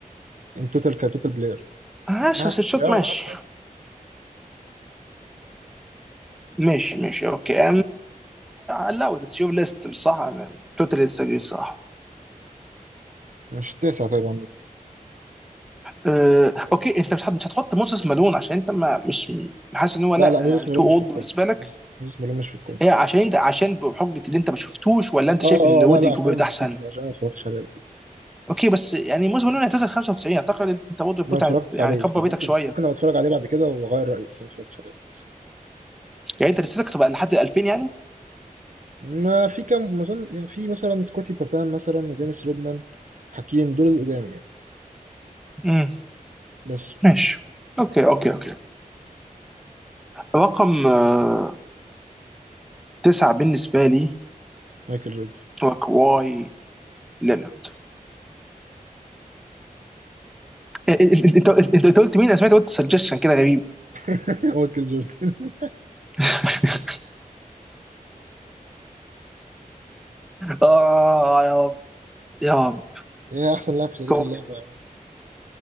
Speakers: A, on the right (about 60°); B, in the centre.
A: ان توتال كتوتال بلاير
B: ماشي
A: لا
B: بس
A: في الدفاع
B: الشوت ماشي
A: انا حاطه
B: ماشي ماشي اوكي الاود اتس يور ليست بصراحه انا توتالي ديسجري الصراحه
A: مش التاسع طيب عندك
B: أه، اوكي انت مش هت- مش هتحط موسيس مالون عشان انت ما مش حاسس ان هو لا
A: لا لا موزيس
B: يعني
A: ميلون
B: تو اولد
A: مش في القائمه
B: بالنسبه لك
A: موزيس موزيس ميلون مش في القائمه
B: هي عشان انت عشان بحجه اللي انت ما شفتوش ولا انت
A: اه
B: شايف
A: اه
B: ان
A: آه،
B: ودي
A: لا لا
B: جوبيرت
A: عشان انا ما
B: احسن
A: شفتوش لا عشان انا ما اتفرجتش عليه قبل كده
B: اوكي بس يعني موسم نونو اعتزل 95 اعتقد ان انت برضه فوت
A: انا ما اتفرجتش
B: يعني
A: عليه
B: كبر
A: فممكن
B: بيتك شويه
A: ممكن ابقى اتفرج عليه بعد كده واغير رايي بس انا ما اتفرجتش عليه قبل كده
B: يعني انت لسيتك تبقى لحد 2000 يعني
A: ما في كام ما اظن يعني في مثلا سكوتي بابان مثلا ودينيس رودمان حكيم دول القدام يعني
B: امم
A: بس
B: ماشي اوكي اوكي اوكي رقم آه، تسعة بالنسبه لي
A: مايكل جوردن
B: هو كواي لينارد إيه، إيه، إيه، انت انت انت قلت مين انا سمعت قلت سجشن كده غريب
A: <laughs> مايكل جوردن
B: <laughs> اه يا رب يا رب
A: يا احسن لاعب في تاريخ
B: كواي
A: اللعبه يا مان.